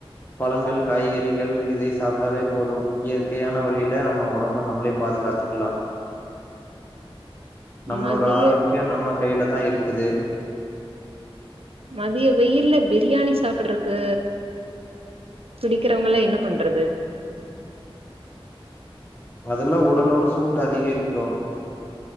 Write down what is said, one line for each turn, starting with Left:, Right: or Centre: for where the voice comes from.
Left: பழங்கள் காய்கறிகள் இதை சாப்பிட்டாவே போதும் இயற்கையான வழில நம்ம உடம்ப நம்மளே பாதுகாத்துக்கலா நம்மளோட
Right: மதிய
Left: ஆரோக்கியம் நம்மக் கைல தா இருக்குது
Right: மதிய வெயில்ல பிரியாணி சாப்டுறக்கு பிடிக்கிறவங்கள் என்ன பண்றது
Left: அதெல்லா உடலோட சூட்டு அதிகரிக்கோ